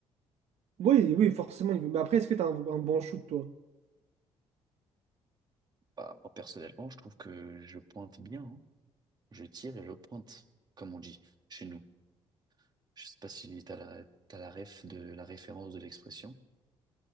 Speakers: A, on the right (about 70°); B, on the right (about 35°).
A: Oui, oui, forcément, il veut. Mais après, est-ce que t'as un, un bon shoot, toi?
B: Bah, moi, personnellement, je trouve que je pointe bien. hein. Je tire et je pointe, comme on dit chez nous. Je sais pas si t'as la, t'as la ref de la référence de l'expression.